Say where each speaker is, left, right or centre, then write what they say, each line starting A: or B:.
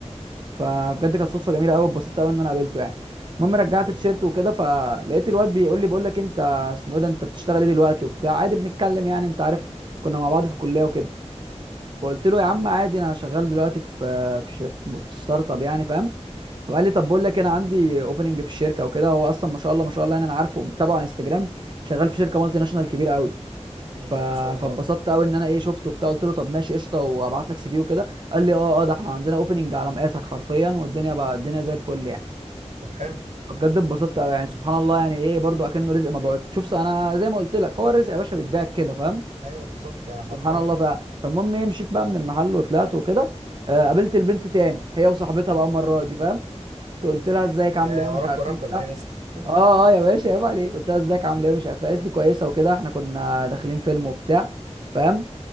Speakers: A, on the right; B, on the right.
A: فبجد كانت صدفه جميله قوي اتبسطت قوي ان انا قابلته يعني المهم رجعت
B: جميل
A: تيشيرت
B: جدا
A: وكده فلقيت الواد بيقول لي بقول لك انت اسمه ايه ده انت بتشتغل ايه دلوقتي وبتاع عادي بنتكلم يعني انت عارف كنا مع بعض في الكليه وكده فقلت له يا عم عادي انا شغال دلوقتي في في ش- في ستارت اب يعني فاهم فقال لي طب بقول لك انا عندي اوبننج في الشركه وكده هو اصلا ما شاء الله ما شاء الله يعني انا عارفه متابعه على انستجرام شغال في شركه مالتي ناشونال كبيره قوي
B: جميل
A: ف...
B: قوي ما شاء الله
A: فاتبسطت قوي ان انا ايه شفته وبتاع قلت له طب ماشي قشطه وابعت لك سي في وكده قال لي اه اه ده احنا عندنا اوبننج على مقاسك حرفيا والدنيا بقى الدنيا زي الفل يعني
B: طب حلو
A: بجد اتبسطت قوي يعني سبحان الله يعني ايه برضو اكنه رزق مبعوث شوف انا زي ما قلت لك هو الرزق يا باشا بيتباع كده فاهم
B: ايوه بالظبط يعني حرفيا
A: سبحان الله ف... فالمهم ايه مشيت بقى من المحل وطلعت وكده آه قابلت البنت تاني هي وصاحبتها بقى المره دي فاهم قلت لها ازيك عامله
B: يا
A: ايه ومش
B: وراك
A: عارف
B: وراك
A: ايه وبتاع
B: ولا ايه يا اسطى <laughs>
A: اه اه يا باشا عيب عليك قلت لها ازيك عامله ايه ومش عارف إيه. قالت لي كويسه وكده احنا كنا داخلين فيلم وبتاع فاهم